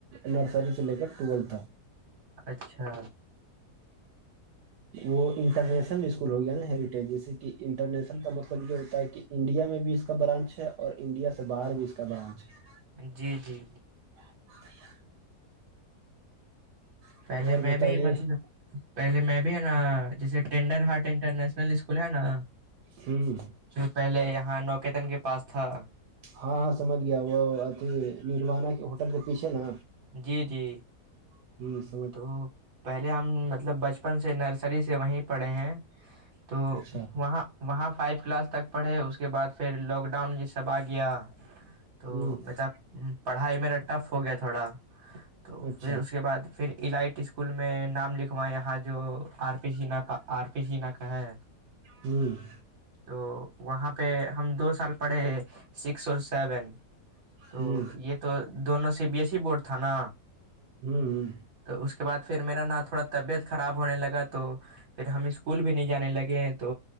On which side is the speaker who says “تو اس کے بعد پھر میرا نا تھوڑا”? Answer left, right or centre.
Right